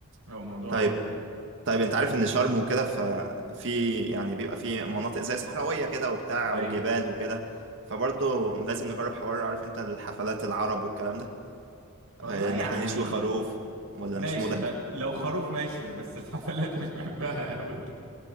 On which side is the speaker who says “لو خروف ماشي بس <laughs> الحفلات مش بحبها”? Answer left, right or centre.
Right